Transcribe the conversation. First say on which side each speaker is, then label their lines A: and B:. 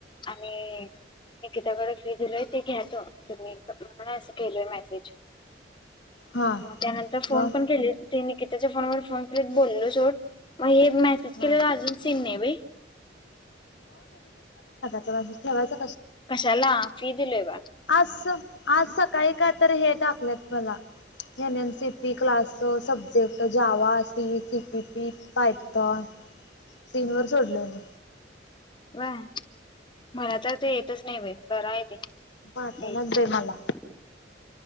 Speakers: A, on the left; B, on the left.
A: आणि निकिता कडे फी दिलेत ते घ्याच तुम्ही अस केलय मेसेज
B: हा
A: त्यानंतर फोन
B: ब
A: पण केले तनी की त्याच्या फोनवर फोन केलेत बोलायला छोड <unintelligible> हे मेसेज केलेला
B: हा
A: अजून सीन नाही व्हय
B: चल आता ठेवाचं
A: कशाला फी दिली बा
B: आज आज सकाळी काय तर हे टाकलेत मला हे N N C P class subject Java C C P P Python सीन वर सोडले म
A: व्हये मला तर ते येतच नाही बाई कराय ते
B: <unintelligible> ते
A: येत नाही
B: मला